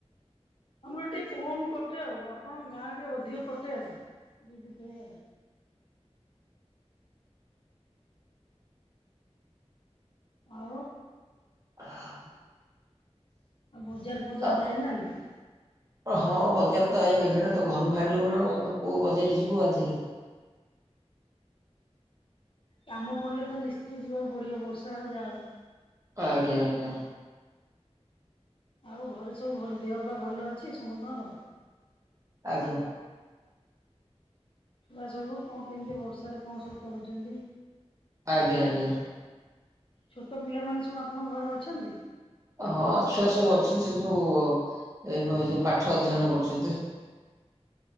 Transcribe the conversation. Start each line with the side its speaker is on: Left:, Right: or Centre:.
Left: ଆମର ଏଠି କମ୍ କଟେ ଆଉ, ଆପଣ ଗାଁ ଟିକେ ଅଧିକ କଟେ ଆଉ। ଆଉ
Right: <inaudible>
Left: ଆଉ ବଜାର ଫଜାର
Right: ଆ-
Left: ଯାଇନାହାନ୍ତି?
Right: ହଁ। ବଜାର ତ, ଏଇ ମେଘରେ ତ ଘରୁ ବାହାରି ହଉନ ଆଉ, ଆମେ କୋଉ ବଜାର ଯିବୁ ଆଧରେ?
Left: କାମ ପଡ଼ିଲେ ତ, ନିଶ୍ଚିତ ଯିବାକୁ ପଡିବ ବର୍ଷା ହେଉ ଯାହା ହଉ
Right: ଆଜ୍ଞା ଆଜ୍ଞା।
Left: ଆଉ ଘରେ ସବୁ ଭଲ? ଦେହ ବାପା ଭଲ ଅଛି ସମସ୍ତଙ୍କର?
Right: ଆଜ୍ଞା।
Left: ଛୁଆ ସବୁ, କଣ କେମିତି ବର୍ଷାରେ କଣ ସବୁ କରୁଛନ୍ତି?
Right: ଆଜ୍ଞା ଆଜ୍ଞା।
Left: ଛୋଟ ପିଲାମାନେ ସବୁ ଆପଣଙ୍କ ଘରେ ଅଛନ୍ତି?
Right: ହଁ ଛୁଆ ସବୁ ଅଛନ୍ତି। ସେ ସବୁ ଏ ଯୋଉ ପାଠ ଅଧ୍ୟୟନ କରୁଛନ୍ତି।